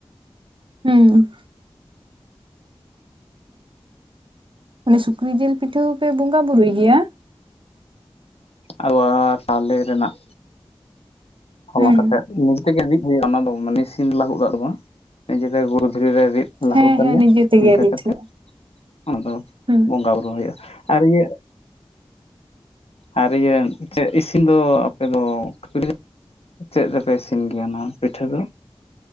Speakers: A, on the right (about 60°); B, on the left (about 85°).
A: ᱦᱩᱸ᱾ ᱚᱱᱮ ᱥᱩᱠᱨᱤ ᱡᱤᱞ ᱯᱤᱴᱷᱟᱹ ᱦᱚᱸ ᱯᱮ ᱵᱚᱸᱜᱟ ᱵᱩᱨᱩᱭ ᱜᱮᱭᱟ?
B: ᱟᱵᱟᱨ ᱛᱟᱞᱮ ᱨᱮᱱᱟᱜ ᱦᱚᱞᱟᱝ
A: ᱦᱩᱸ
B: ᱠᱟᱛᱮᱜ ᱱᱤᱡᱮ ᱛᱮᱜᱮ ᱨᱤᱫ ᱦᱳᱭᱳᱜ-ᱟ ᱚᱱᱟ ᱫᱚ ᱢᱮᱱᱮ ᱥᱤᱱ ᱞᱟᱹᱦᱩᱫ ᱟᱜ ᱫᱚ ᱵᱟᱝ ᱱᱤᱡᱮᱛᱮ ᱜᱩᱨᱩ ᱫᱷᱤᱨᱤ ᱨᱮ ᱨᱤᱫ ᱞᱟᱹᱦᱩᱫ
A: ᱦᱮᱸ ᱦᱮᱸ
B: ᱟᱞᱮ
A: ᱱᱤᱡᱮ ᱛᱮᱜᱮ
B: ᱤᱱᱠᱟᱹ
A: ᱨᱤᱫ
B: ᱠᱟᱛᱮᱫ
A: ᱦᱩᱭᱩᱜᱼᱟ
B: ᱚᱱᱟᱫᱚ
A: ᱦᱩᱸ
B: ᱵᱚᱸᱜᱟ ᱵᱩᱨᱩ ᱦᱩᱭᱩᱜ-ᱟ, ᱟᱨ ᱤᱭᱟᱹ ᱟᱨ ᱤᱭᱟᱹ ᱪᱮᱫ ᱤᱥᱤᱱ ᱫᱚ ᱟᱯᱮ ᱫᱚ ᱠᱷᱟᱯᱨᱤ ᱪᱮᱫ ᱨᱮᱯᱮ ᱤᱥᱤᱱ ᱜᱮᱭᱟ ᱱᱚᱣᱟ ᱯᱤᱴᱷᱟᱹ ᱫᱚ?